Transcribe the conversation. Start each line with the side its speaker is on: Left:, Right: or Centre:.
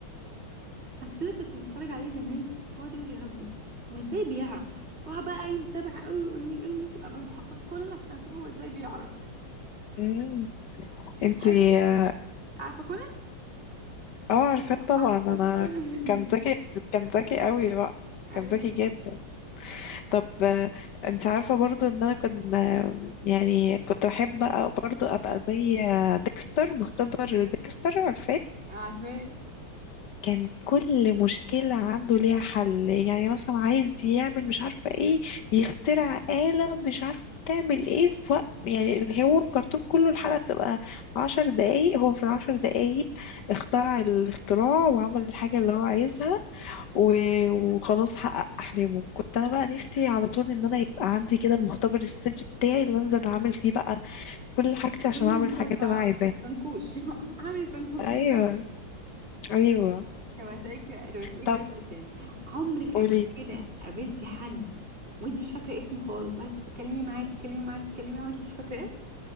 Right: اصل كنت بتفرج عليه زمان واقعد اقول يا ربي هو ازاي بيعرف واقعد بقى يتابع قوي ويقول لي نفسي ابقى من المحقق كونان عشان اشوف هو ازاي بيعرف
Left: امم انتي
Right: عارفه
Left: اه
Right: عارفه كونان
Left: اه عارفة
Right: محقق
Left: طبعا انا
Right: كونان
Left: كان ذكي كان ذكي قوي بقى
Right: <laughs> ايوه
Left: كان ذكي
Right: صح
Left: جدا طب آه، انت عارفة برضو ان انا كنت آه، يعني كنت احب برضو ابقى زي آه، ديكستر مختبر ديكستر عارفاه
Right: عارفاه
Left: كان كل مشكلة عنده ليها حل يعني مثلا عايز يعمل مش عارفة ايه يخترع آلة مش عارفة تعمل ايه في وقت يعني اللي هو الكرتون كله الحلقة بتبقى عشر دقايق هو في العشر دقايق اخترع الاختراع وعمل الحاجة اللي هو عايزها و- وخلاص حقق أحلامه كنت أنا بقى نفسي على طول إن أنا يبقى عندي كده المختبر السري بتاعي اللي أنزل أعمل فيه بقى كل حاجتي عشان
Right: كل
Left: أعمل
Right: المفرقعات
Left: الحاجات اللي أنا عايزاها
Right: الفنكوش <laughs> عامل الفنكوش
Left: أيوه أيوه
Right: طب هسألك سؤال- طب هسألك
Left: طب
Right: بقى سؤال تاني عمرك
Left: قولي
Right: قبل كده قابلتي حد وانت مش فاكرة اسمه خالص وقعدتي تتكلمي معاه تتكلمي معاه تتكلمي معاه وانت مش فاكراه